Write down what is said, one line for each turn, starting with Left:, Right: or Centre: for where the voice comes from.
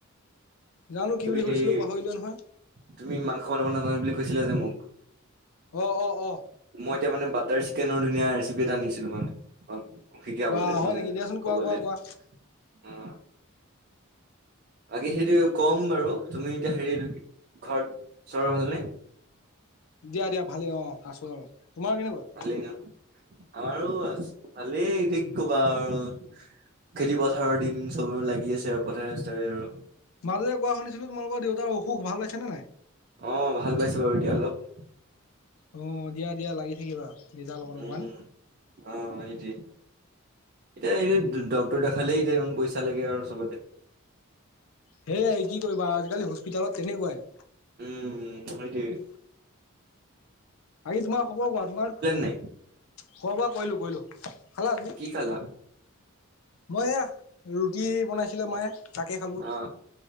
Left: জানো কি
Right: তুমি
Left: বুলি সুধিছিলো
Right: সেই
Left: পাহৰিলোৱে নহয়
Right: তুমি মাংস বনাব নাজানো বুলি কৈছিলা যে মোক।
Left: অঁ অঁ অঁ
Right: মই এতিয়া মানে বাটাৰ চিকেনৰ ধুনীয়া ৰেচিপি এটা আনিছিলো মানে মাং শিকাবলৈ
Left: বা হয়
Right: মানে
Left: নেকি দিয়াচোন কোৱা
Right: কবলৈ
Left: কোৱা কোৱা
Right: অ। বাকী সেইটো ক'ম বাৰু তুমি এতিয়া হেৰিটো ঘৰ চৰৰ ভালনে
Left: দিয়া দিয়া ভালেই অ আছো আৰু তোমাৰ কেনেকুৱা।
Right: ভালেই ন আমাৰো আ ভালেই এতিয়া কি কবা আৰু। খেতি পথাৰৰ দিন চবৰে লাগি আছে আৰু পথাৰে চথাৰে আৰু
Left: মাজে কোৱা শুনিছিলো তোমালোকৰ দেউতাৰ অসুখ ভাল পাইছে নে নাই?
Right: অ ভাল পাইছো বাৰু এতিয়া অলপ।
Left: অ দিয়া দিয়া লাগি থাকিবা। দেউতাৰ লগত অকমান
Right: উম অ এইতি এতিয়া এই ড্ক্তৰ দেখালেই এতিয়া ইমান পইচা লাগে আৰু চবতে।
Left: সেয়াইে কি কৰিবা আজিকালি হস্পিতাল তেলত তেনেকুৱাই।
Right: উম মট
Left: আাকি তোমাৰ খবৰ কোৱা তোমাৰ
Right: নাই
Left: খোৱা বোৱা কলো কলো খালা তুমি।
Right: কি খালা
Left: মই এয়া ৰুটি বনাইছিলে মায়ে। তাকে খালো
Right: অ